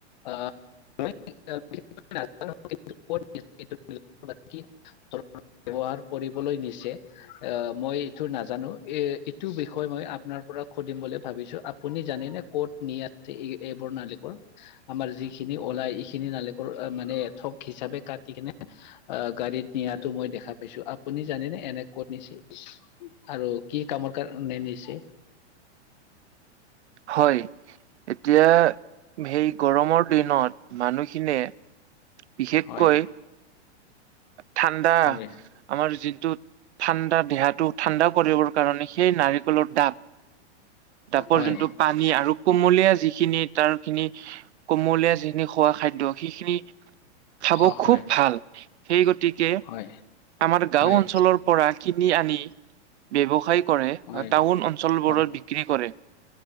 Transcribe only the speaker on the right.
হয়, এতিয়া সেই গৰমৰ দিনত মানুহখিনিয়ে বিশেষকৈ
ঠাণ্ডা,
আমাৰ যিটো ঠাণ্ডা দেহাটো ঠাণ্ডা কৰিবৰ কাৰণে সেই নাৰিকলৰ ডাব ডাবৰ
যোনটো পানী আৰু কুমলীয়া যিখিনিত তাৰখিনি, কুমলীয়া যিখিনি খোৱা খাদ্য <unintelligible> খিনি খাব
খুব ভাল। সেই গতিকে,
আমাৰ গাঁও
অঞ্চলৰ পৰা কিনি আনি ব্যৱসায় কৰে,
টাউন অঞ্চলবোৰত
বিক্ৰী কৰে।